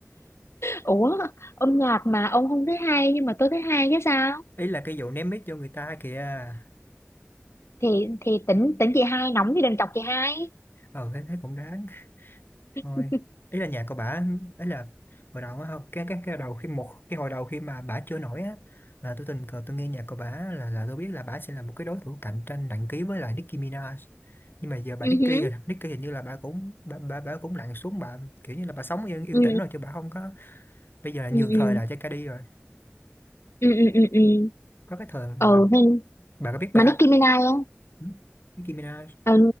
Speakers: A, on the left (about 70°); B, on the left (about 50°).
A: ủa âm nhạc mà ông không thấy hay nhưng mà tôi thấy hay chứ sao
B: ý là cái vụ ném mic cho người ta kìa
A: thì thì tỉnh tỉnh chị hai nóng thì đừng chọc chị hai
B: ờ thế thế cũng đáng
A: <laughs>
B: thôi ý là nhà của bà ấy là hồi đầu á không cái cái cái đầu khi một cái hồi đầu khi mà bà chưa nổi á là tôi tình cờ tôi nghe nhạc của bà là là tôi biết là bà sẽ là một cái đối thủ cạnh tranh nặng ký với lại Nicki Minaj nhưng mà giờ bà
A: ừ
B: Nicki
A: hứ,
B: rồi Nicki hình như là bà cũng bà bà, bà cũng lặn xuống bà kiểu như là bà sống yên yên
A: ừ
B: tĩnh rồi chứ bà không có bây giờ là
A: ừ
B: nhường
A: ừ
B: thời lại cho Cardi rồi
A: ừ ừ ừ ừ ừ ừ
B: có cái thời mà
A: Ừ, hay-
B: bà có biết
A: mà
B: bà
A: Nicki Minaj á
B: ừ? Nicki Minaj
A: Ờ,